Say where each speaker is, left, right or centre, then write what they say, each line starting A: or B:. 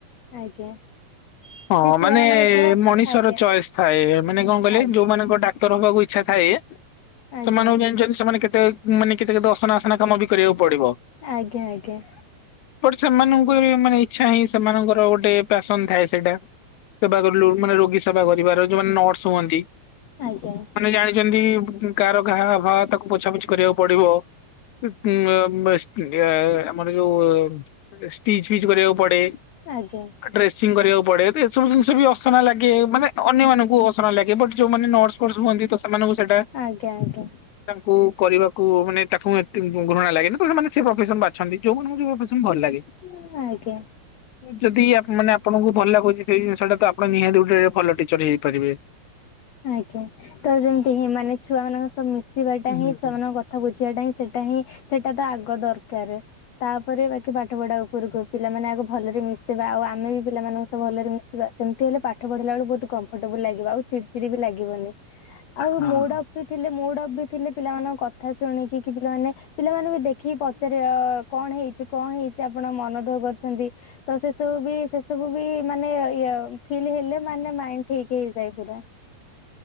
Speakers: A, on the left; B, on the left.
A: ଆଜ୍ଞା।
B: ହଁ
A: ସେ
B: ମାନେ
A: ଛୁଆ ମାନଙ୍କ ସହ
B: ମଣିଷର
A: ଆଜ୍ଞା
B: ଚଏସ୍ ଥାଏ, ମାନେ କଣ କହିଲେ?
A: ଆଜ୍ଞା
B: ଯୋଉମାନଙ୍କ ଡାକ୍ତର ହବାକୁ ଇ ଇଛାଥାଏ,
A: ଆଜ୍ଞା
B: ସେମାନେଙ୍କୁ ଜାଣିଚନ୍ତି ସେମାନେ କେତେ ମାନେ କେତେ କେତେ ଅସନା ଅସନା କାମ ବି କରିବାକୁ ପଡିବ।
A: ଆଜ୍ଞା, ଆଜ୍ଞା।
B: ବଟ ସେମାନଙ୍କୁ ବି ମାନେ ଇଛା ହିଁ ସେମାନଙ୍କର ଗୋଟେ ଫ୍ୟାସନ ଥାଏ ସେଇଟା। ସେବା କରିଲୁ, ମାନେ ରୋଗୀ ସେବା କରିବାର ଯଉମାନେ ନର୍ସ ହୁଅନ୍ତି?
A: ଆଜ୍ଞା
B: ସେମାନେ ଜାଣିଚନ୍ତି, କାହାର ଘାହା ଫା, ତାକୁ ପୋଛାପୋଛି କରିବାକୁ ପଡିବ। <unintelligible> ଆମର ଯୋଉ ଷ୍ଟିଚ ଫିଚ୍ କରିବାକୁ ପଡେ।
A: ଆଜ୍ଞା।
B: ଡ୍ରେସିଂ କରିବାକୁ ପଡେ। ଏସବୁ ଜିନିଷ ବି ଅସନା ଲାଗେ, ମାନେ ଅନ୍ୟମାନଙ୍କୁ ଅସନା ଲାଗେ, ବଟ୍ ଯୋଉମାନେ ନର୍ସ ଫର୍ସ ହୁଅନ୍ତି ତ ସେମାନଙ୍କୁ ସେଇଟା
A: ଆଜ୍ଞା, ଆଜ୍ଞା।
B: ତାଙ୍କୁ କରିବାକୁ ମାନେ ତାକୁ ଏ ଘୃ--ଘୃଣା ଲାଗେନି, ତ ସେମାନେ ସେ ପ୍ରଫେସନ ବାଛନ୍ତି। ଯଉଁବନ <unintelligible> ପେସେଣ୍ଟ ଭଲ ଲାଗେ।
A: <unintelligible> ଆଜ୍ଞା।
B: ଯଦି ଆପ ମାନେ ଆପଣଙ୍କୁ ଭଲ ଲାଗୁଚି ସେଇ ଜିନିଷ ଟା, ତ ଆପଣ ନିହାତି ଗୋଟେ ଭଲ ଟିଚର ହେଇପାରିବେ।
A: ଆଜ୍ଞା, ତ ଯେମିତି ହିଁ ମାନେ ଛୁଆ ମାନଙ୍କ ସହ ମିଶିବାଟା
B: ହୁଁ।
A: ହିଁ ଛୁଆମାନଙ୍କ କ ଥା କୁୁଝିିବାଟା ହିଁ ସେଇଟା ହିଁ ସେଇଟା ତ ଆଗ ଦରକାରେ। ତାପରେ ବାକି ପାଠ ପଢା ଉପରକୁ ପିଲାମାନେ ଆଗ ଭଲରେ ମିଶିବା ଆଉ ଆମେ ବି ପିଲାମାନଙ୍କ ସହ ଭଲରେ ମିଶିବା ସେମ ତି ହେଲେ ପାଠ ପଢିଲା ବଳ ବହୁତ କମ୍ଫର୍ଟେବୁଲ ଲାଗିବ ଆଉ ଚିଡି ଚିଡି ବି ଲାଗିବନି ଆଉ
B: ହଁ।
A: ମୋଡ ଅ ଥିଲେ ମୁଡ ଅଫ୍ ବି ଥିଲେ ପିଲାମାନଙ୍କ କଥା ଶୁଣିକି କି ପିଲାମାନେ ପିଲାମାନେ ବି ଦେଖିକି ପଚାରିବେ ଆ କଣ ହେଇଚି କଣ ହେଇଚ ଆପଣ ମନଦୁଃଖ କରୁଛନ୍ତି ତ ସେସବୁ ବି ସେ ସବୁ ବି ମାନେ ଇଏ ଫିଲ୍ ହେଲେ ମାନେ ମାଇ ଠିକ୍ ହେଇଯାଏ ପୁରା।